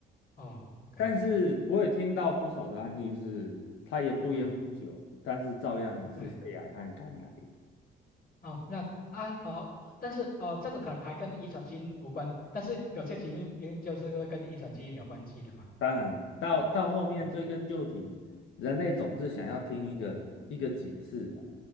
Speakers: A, on the left; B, on the left.
A: 哦，OK，
B: 但是我也听到不少的案例是，他也不烟不酒，
A: 哎
B: 但是照样也是肺癌和肝癌。
A: 对哦，那啊哦，但是哦，这个可能还跟遗传基因无关，但是有些基因因就是会跟遗传基因有关系的嘛。
B: 当然，到到后面追根究底，
A: 嗯嗯
B: 人类总是想要听一个一个解释啊，
A: 嗯嗯，